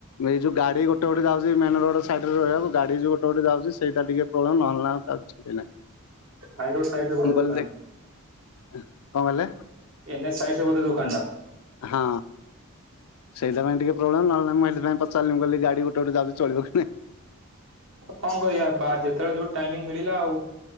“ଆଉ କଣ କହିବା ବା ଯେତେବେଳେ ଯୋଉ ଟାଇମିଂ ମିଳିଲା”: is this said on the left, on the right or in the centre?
Right